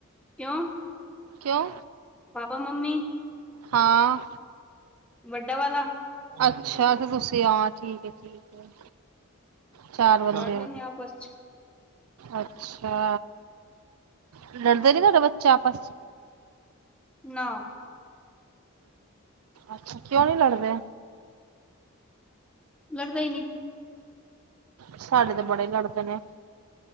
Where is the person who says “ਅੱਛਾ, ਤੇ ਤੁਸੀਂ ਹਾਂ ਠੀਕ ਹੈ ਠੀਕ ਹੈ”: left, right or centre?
Right